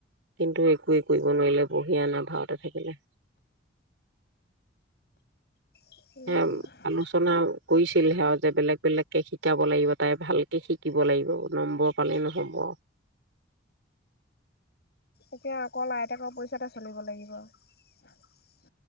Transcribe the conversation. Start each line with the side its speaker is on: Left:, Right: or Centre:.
Right: কিন্তু একোৱে কৰিব নোৱাৰিলে বঢ়িয়া নধৰা হৈ থাকিলে।
Left: উম।
Right: সে আলোচনা কৰিছিলহে আৰু যে বেলেগ বেলেগকে শিকাব লাগিব তাই ভালকে শিকিব লাগিব নম্বৰ পালেই নহ'ব।
Left: এতিয়া অকল আইতকৰ পইচাতে চলিব লাগিব।